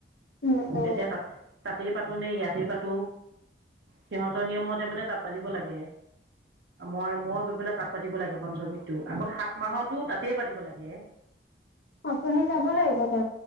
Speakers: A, on the left (about 65°); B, on the right (about 75°).
A: উম উ।
B: এতিয়া তাত তাতেই পাতো নে ইয়াতেই পাতো সিহঁতৰ নিয়মতে মানে তাত পাতিব লাগে। মই - মই গৈ পেলাই তাত পাতিব লাগে পঞ্চমিকটো আকৌ সাত। মাহতো তাতেই পাতিব লাগে।
A: আপুনি লাগিব তে।